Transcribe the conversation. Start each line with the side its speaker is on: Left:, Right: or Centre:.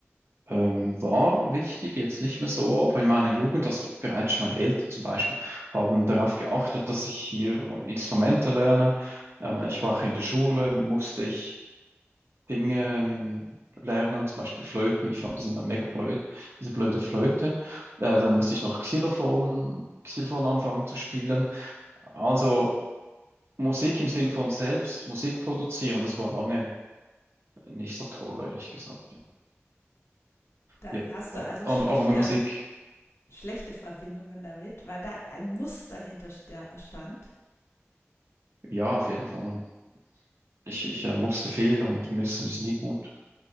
Right: ähm, war wichtig, jetzt nicht mehr so, aber in meiner Jugend, also bereits schon meine Eltern zum Beispiel, haben darauf geachtet, dass ich hier Instrumente lerne. Äh, ich war auch in der Schule, musste ich Dinge ähm, lernen, zum Beispiel Flöten. Ich fand das immer mega blöd, diese blöde Flöte. Äh, dann musste ich noch Xylophon, Xylophon anfangen zu spielen. Also Musik im Sinn von selbst Musik produzieren, das war lange nicht so toll, ehrlich gesagt. Ja,
Left: Da
Right: ja.
Left: hast
Right: ja.
Left: du also
Right: Aber,
Left: schlechte,
Right: aber mit Musik,
Left: schlechte Verbindungen damit, weil da ein Muster hinter sta- stand.
Right: ja, auf jeden Fall. Ich, ich äh, musste viel und müssen ist nie gut.